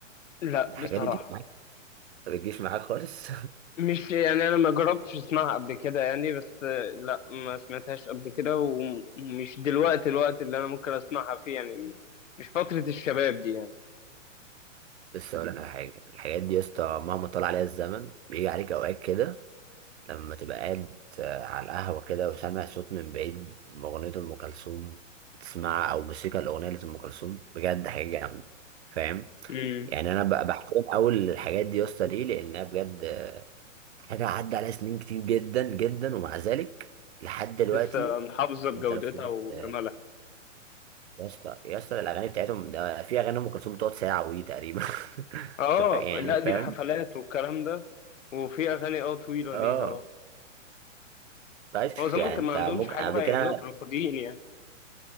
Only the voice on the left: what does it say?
لأ
بصراحة
مش يعني انا ما جربتش اسمعها قبل كده يعني بس آه، لا ما سمعتهاش قبل كده ومش دلوقتي الوقت اللي انا ممكن اسمعها فيه يعني مش فترة الشباب دي يعني
امم
لسه محافظة بجودتها
وجمالها
اه
لا
دي الحفلات والكلام ده وفي اغاني اه طويلة
ليها اه
هو زمان
كان
ما عندهمش
حاجة
بقى
يعملوها كانوا فاضيين يعني